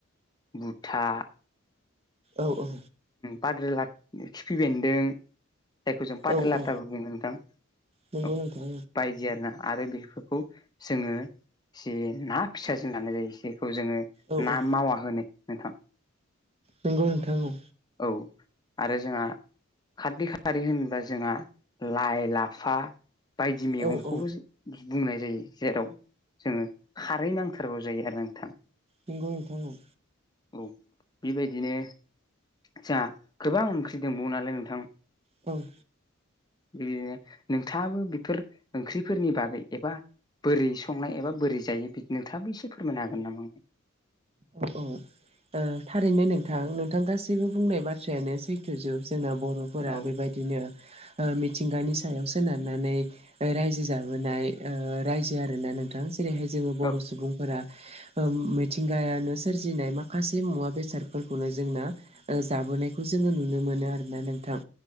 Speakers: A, on the left; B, on the right.
A: बुथा
B: औ औ
A: बाद्रिलात खिफि बेन्दों जायखौ जों पाद्रेलाताबो
B: औ औ
A: बुङो नोंथाङ
B: नंगौ
A: औ।
B: नोंथां
A: बायदि आरो ना आरो बेफोरखौ जोङो जि ना फिसाजो नानाय जायो जेखौ जोङो
B: औ
A: ना
B: औ
A: मावा होनो नोंथां
B: नोंगौ नोंथां औ
A: औ आरो जोंहा खाददै खारै होनोबा जोंहा लाइ लाफा बायदि मैगंखौबो
B: औ औ
A: जो बुंनाय जायो जेराव जोङो खारै नांथारगौ जायो आरो नोंथां
B: नंगौ नोंथां औ
A: औ बेबायदिनो आत्सा गोबां ओंख्रि दंबावो नालाय नोंथां
B: औ
A: बिदिनो नोंथाङाबो बेफोर ओंख्रिफोरनि बागै एबा बोरै संनाय एबा बोरै जायो बि नोंथाङाबो एसे फोरमायनो हागोन नामा आं
B: औ औ ओ थारैनो नोंथां नोंथां गासैबो बुंनाय बाथ्रायानो सैथोजोब जोंना बर' फोरा
A: औ
B: बेबायदिनो ओ मिथिंगानि सायाव सोनारनानै रायजो जाबोनाय ओ रायजो आरोना नों थां जेरैहाय जोङो बर'
A: औ
B: सुबुंफोरा ओम मिथिं गायानो सोरजिनाय माखासे मुवा बेसादफोरखौनो जोंना ओ जाबोनायखौ जोङो नुनो मोनो आरोना नोंथाङ